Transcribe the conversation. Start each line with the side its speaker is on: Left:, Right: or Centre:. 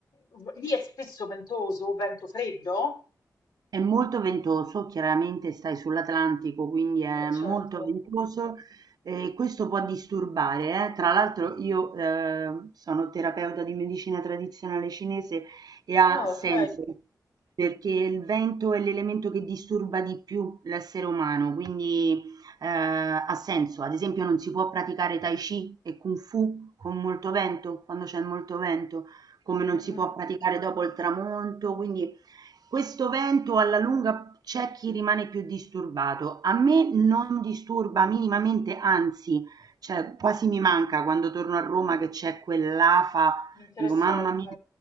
Left: v- lì è spesso ventoso, vento freddo?
Right: È molto ventoso, chiaramente stai sull'Atlantico, quindi è
Left: Eh, certo.
Right: molto ventoso e questo può disturbare, eh. Tra l'altro io ehm, sono terapeuta di medicina tradizionale cinese e ha
Left: Ah,
Right: senso,
Left: ok.
Right: perché il vento è l'elemento che disturba di più l'essere umano, quindi eh, ha senso. Ad esempio non si può praticare Tai Chi e Kung Fu con molto vento, quando c'è molto vento, come
Left: Mhm,
Right: non si può praticare dopo il tramonto, quindi questo vento alla lunga c'è chi rimane più disturbato. A me non disturba minimamente, anzi, cioè quasi mi manca quando torno a Roma che c'è quell'afa,
Left: Interessante.
Right: dico mamma mia,